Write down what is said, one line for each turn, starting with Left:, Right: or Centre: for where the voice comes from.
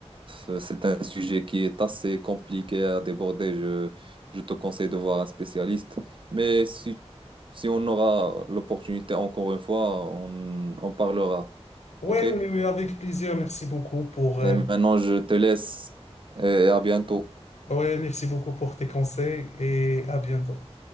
Right: euh, c'est un sujet qui est assez compliqué à déborder. Je, je te conseille de voir un spécialiste. Mais si, si on aura l'opportunité encore une fois, on, on parlera.
Left: Oui,
Right: OK? Et
Left: oui, oui, avec plaisir. Merci beaucoup pour,
Right: maintenant,
Left: euh,
Right: je te laisse et à bientôt.
Left: ouais, merci beaucoup pour tes conseils et à bientôt.